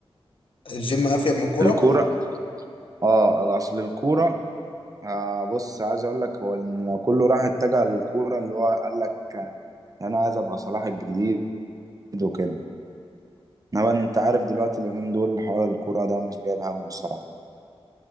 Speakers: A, on the left; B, on the right.
A: الجيم افيد من الكورة
B: الكورة اه اصل الكورة آه بص عايز اقول لك هو إن كله راح اتجه للكوره اللي هو قال لك آه، انا عايز ابقى صلاح الجديد وكده انما انت عارف دلوقتي اليومين دول حوار الكوره ده مش جايب همه الصراحه